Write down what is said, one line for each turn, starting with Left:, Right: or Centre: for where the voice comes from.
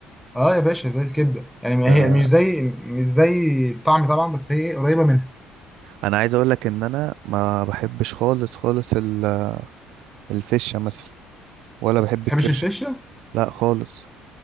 Centre: أه يا باشا زي الكبدة يعني ما
Right: ده
Centre: هي مش زي مش زي الطعم طبعا بس هي قريبة منها ما
Right: انا عايز اقول لك ان انا ما بحبش خالص خالص ال- الفشه مثلا ولا بحب
Centre: بتحبش
Right: الكرشه
Centre: الفشة
Right: لا خالص